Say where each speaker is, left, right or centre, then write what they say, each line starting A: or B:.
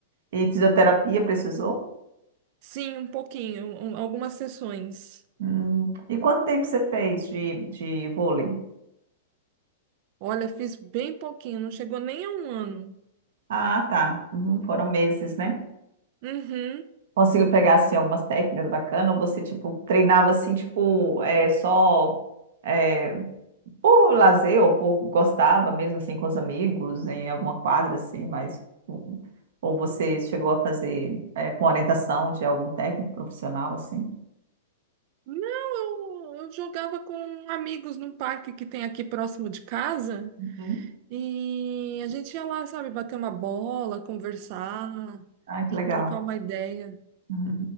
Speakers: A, on the right; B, on the right.
A: E fisioterapia precisou?
B: Sim, um pouquinho, um- algumas sessões.
A: Hum. E quanto tempo você fez de, de vôlei?
B: Olha, fiz bem pouquinho, não chegou nem a um ano.
A: Ah, tá. Uhum, Foram meses, né?
B: Uhum.
A: Conseguiu pegar, assim, algumas técnicas bacanas? Ou você, tipo, treinava, assim, tipo, é, só é, por lazer ou por gostava mesmo, assim, com os amigos, em alguma quadra, assim, mas... hum, hum, Ou você chegou a fazer é, com orientação de algum técnico profissional, assim?
B: Não, eu, eu jogava com amigos num parque que tem aqui próximo de casa
A: Uhum.
B: e a gente ia lá, sabe, bater uma bola, conversar,
A: Ah, que legal.
B: trocar uma ideia.
A: Uhum.